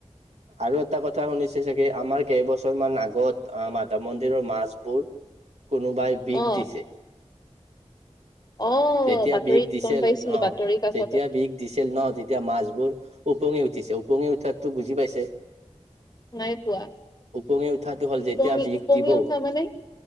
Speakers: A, on the right; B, on the left.
A: আৰু এটা কথা শুনিছে চাগে আমাৰ কেইবছৰ মান আগত মাধৱ মন্দিৰৰ মাছবোৰ কোনোবাই বিষ
B: অ
A: দিছে
B: অ
A: যেতিয়া
B: বাতৰিত
A: বিষ দিছিল
B: গম পাইছিলো
A: অ'
B: বাতৰি কাকতত
A: যেতিয়া বিষ দিছিল ন তেতিয়া মাছবোৰ ওপঙি উঠিছে ওপঙি উঠাতো বুজি পাইছে
B: নাই পোৱা?
A: ওপঙি উঠাটো হল যেতিয়া
B: উপঙি
A: বিষ
B: উপঙি
A: দিব
B: উঠা মানে